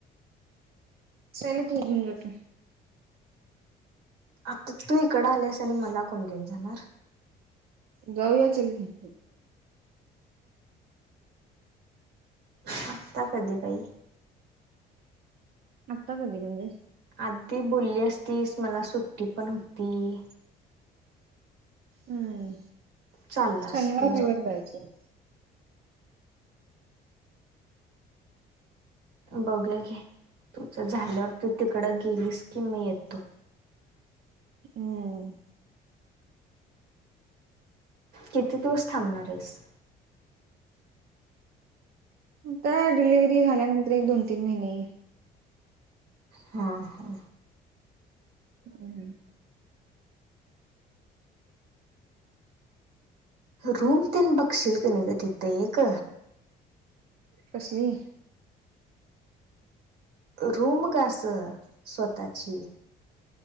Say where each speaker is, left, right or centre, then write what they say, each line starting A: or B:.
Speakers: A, on the right; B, on the right.
A: चलकी घेऊन जाते.
B: आता तू इकडं आल्यास आणि मला कोण घेऊन जाणार?
A: जाऊया चलकी.
B: आता कधी बाई?
A: आत्ता कधी म्हणजे?
B: आधी बोलली असतीस, मला सुट्टीपण हुती.
A: हम्म,
B: चाललं
A: शनिवार
B: असत
A: रविवारी जायाचं.
B: बघूया घे. तुझं झाल्यावर तू तिकडं गेलीस की मी येतो.
A: हं.
B: किती दिवस थांबणार आहेस?
A: त्या डिलिव्हरी झाल्यानंतर एक दोन तीन महिने.
B: हा हा.
A: हम्
B: रूम तेन बघशील का नाही ग तिथं एक.
A: कसली?
B: रूम गं अशी स्वतःची.